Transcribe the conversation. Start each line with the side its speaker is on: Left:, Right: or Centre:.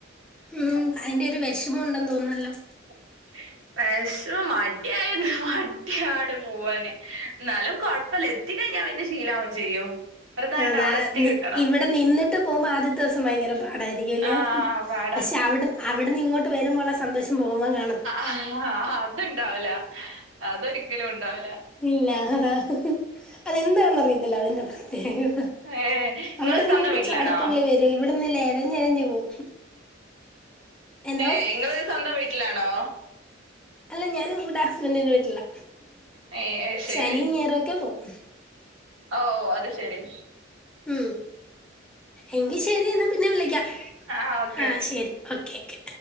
Right: <unintelligible>
Centre: ഉം അതിന്റെ ഒരു വിഷമം ഉണ്ടെന്ന് തോന്നുന്നല്ലോ
Right: ക്കായ്ന് മടിയാണ് പോവാന് എന്നാലും കുഴപ്പില്ല എത്തിക്കഴിഞ്ഞാ പിന്നെ ശീലാവും ചെയ്യും വെറുതായിട്ട്
Centre: ആഹ് നാളെ
Right: അവിടെ എത്തി
Centre: നി
Right: കിട്ടണം
Centre: ഇവിടെ നിന്നിട്ട് പോവുമ്പോ ആദ്യത്തെ ദിവസം ഭയങ്കര പാടായിരിക്കുവല്ല്യോ
Right: ആഹ് പാടാ
Centre: പക്ഷെ അവിടു അവിടുന്നിങ്ങോട്ട് വരുമ്പോള്ള സന്തോഷം പോകുമ്പോ കാ
Right: ആഹ് അതുണ്ടാവൂല അതൊരിക്കലുണ്ടാവൂല
Centre: ഇല്ല അതാ അതെന്താന്നറിയത്തില്ല അതിന്റെ പ്രത്യേക
Right: ഏഹ് ഇങ്ങള്
Centre: അവിടിന്നിങ്ങോട്ട്
Right: സ്വന്തം വീട്ടിലാണോ
Centre: ചാടിത്തുള്ളി വരും ഇവിടന്നില്ലേ ഇഴഞ്ഞെഴഞ്ഞ് പോവും എന്തോ
Right: ഏഹ് ഇങ്ങള് സ്വന്തം വീട്ടിലാണോ
Centre: അല്ല ഞാനും ഇവിടെ ഹസ്ബന്റിന്റെ വീട്ടിലാ
Right: ഏഹ് അയ്ശരി
Centre: ശനിയും ഞായറുവൊക്കെ പോവും
Right: ഓ ഓ അത് ശെരി
Centre: ഉം എങ്കി ശെരി എന്നാ പിന്നെ വിളിക്കാം
Right: ആ ഓക്കെ
Centre: ആഹ്
Right: ഓക്കെ
Centre: ശെരി ഓക്കെ ഓക്കെ